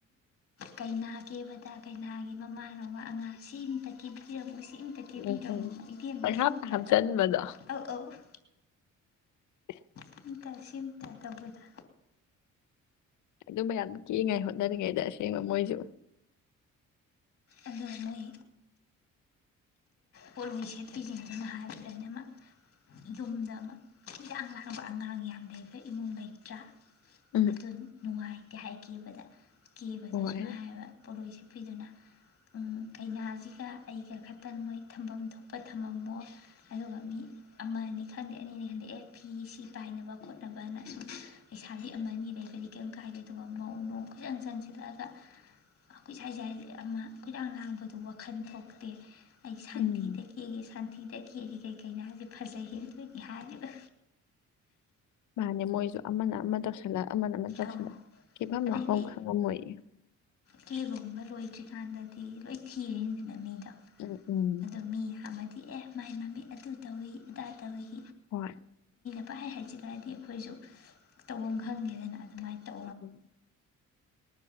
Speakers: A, on the left; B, on the left.
A: ꯀꯩꯅꯥ ꯀꯦꯕꯗ ꯀꯩꯅꯥꯒꯤ ꯃꯃꯥ ꯑꯅꯧꯕ ꯑꯉꯥꯡ ꯁꯤꯃꯇ ꯀ ꯑꯃꯨ ꯁꯤꯝꯇ ꯀꯦꯕꯤꯔꯝꯃꯨ
B: ꯎꯝ ꯎꯝ
A: ꯏꯕꯦꯝꯃ
B: ꯄꯪꯍꯥꯞꯇ
A: ꯁꯤꯟꯇ
B: ꯍꯥꯞꯆꯟꯕꯗꯣ
A: ꯇꯧ ꯑꯧ ꯑꯧ <inaudible>
B: <inaudible>
A: ꯁꯤꯝꯇ ꯁꯤꯝꯇ ꯇꯧꯕꯗ
B: ꯑꯗꯨ ꯃ ꯌꯥꯝ ꯀꯤꯛꯉꯥꯏ ꯍꯣꯠꯅꯔꯤꯉꯩꯗ ꯑꯁꯦꯡꯕ ꯃꯣꯏꯁꯨ
A: ꯑꯗꯨ ꯃꯣꯏ ꯄꯣꯠꯂꯣꯏ ꯁꯦꯠꯄꯤꯁꯤꯟꯗꯅꯣ ꯍꯥꯏꯕꯗꯅ ꯑꯃ ꯌꯨꯝꯗ ꯑꯃ ꯍꯤꯗꯥꯛ ꯂꯥꯡꯕ ꯑꯉꯥꯡ ꯌꯥꯝ ꯂꯩꯕ ꯏꯃꯨꯡ ꯂꯩꯇ꯭ꯔꯥ
B: ꯎꯝ
A: ꯑꯗꯨ ꯅꯨꯡꯉꯥꯏ ꯍꯥꯏꯈꯤꯕꯗ ꯀꯦꯕꯗꯣ
B: ꯍꯣꯏ
A: ꯁꯨꯃꯥꯏ ꯍꯥꯏꯌꯦꯕ ꯄꯣꯠꯂꯣꯏꯁꯦ ꯍꯥꯞꯄꯤꯗꯨꯅ ꯀꯩꯅꯥꯁꯤꯒ ꯑꯩꯒ ꯈꯠꯇꯪ ꯅꯣꯏ ꯊꯝꯐꯝ ꯊꯣꯛꯄ ꯊꯝꯃꯝꯃꯣ ꯑꯗꯨꯒ ꯃꯤ ꯑꯃꯅꯤꯅꯤ ꯈꯪꯗꯦ ꯑꯅꯤꯅꯤ ꯈꯪꯗꯦ ꯑꯦ ꯐꯤ ꯁꯤ ꯄꯥꯏꯅꯕ ꯈꯣꯠꯅꯕꯅ ꯁꯨꯝ ꯄꯩꯁꯥꯕꯤ ꯑꯃꯅꯤ ꯂꯩꯕꯗꯤ ꯀꯔꯤꯝ ꯀꯥꯏꯗꯦ ꯑꯗꯨꯒ ꯃꯧ ꯅꯣꯡ ꯈꯖꯪ ꯆꯪꯁꯤꯜꯂꯛꯑꯒ ꯑꯩꯠ ꯁꯥꯏ ꯁꯥꯏ ꯑꯃ ꯀꯣꯏꯔꯥꯡ ꯂꯥꯡꯕꯗꯨꯣ ꯋꯥꯈꯜ ꯊꯣꯛꯈ꯭ꯔꯦ ꯑ ꯑꯩꯒꯤ ꯁꯥꯟꯇꯤꯗꯒꯤ
B: ꯎꯝ
A: ꯑꯩꯒꯤ ꯁꯥꯟꯇꯤ ꯁꯤꯤꯗ ꯀꯦꯔꯤ ꯀꯔꯤ ꯀꯅꯥꯁꯦ ꯐꯖꯩ ꯍꯦꯟꯗꯣꯏꯅꯤ ꯍꯥꯏꯔꯤꯕ
B: ꯃꯥꯅꯦ ꯃꯣꯏꯁꯨ ꯑꯃꯅ ꯑꯃ ꯇꯧꯁꯜꯂꯛ ꯑꯃꯅ ꯑꯃ ꯆꯁꯤꯅ
A: ꯑꯧ
B: ꯈꯤꯐꯝꯝ
A: ꯑꯗꯩꯗꯤ
B: ꯂꯥꯛꯐꯝ ꯈꯪꯉꯝꯃꯣꯏꯌꯦ
A: ꯀꯦꯕꯒꯨꯝꯕ ꯂꯣꯏꯗ꯭ꯔꯤꯀꯥꯟꯗꯗꯤ ꯂꯣꯏ ꯊꯤꯔꯦꯁꯤꯅ ꯃꯤꯗꯤ
B: ꯎꯝ ꯎꯝ
A: ꯑꯣ ꯃꯤ ꯑꯃ ꯏꯤ ꯑꯦ ꯃꯥꯏ ꯃꯃꯤ ꯑꯗꯨ ꯇꯧꯏꯤ ꯑꯗꯥ ꯇꯧꯏꯤ
B: ꯑꯣ
A: ꯍꯥꯏ ꯍꯥꯏꯁꯤꯗꯔꯗꯤ ꯑꯩꯈꯣꯏꯁꯨ ꯇꯧꯐꯝ ꯈꯪꯗꯦꯗꯅ ꯑꯗꯨꯃꯥꯏꯅ ꯇꯧ
B: ꯎꯝ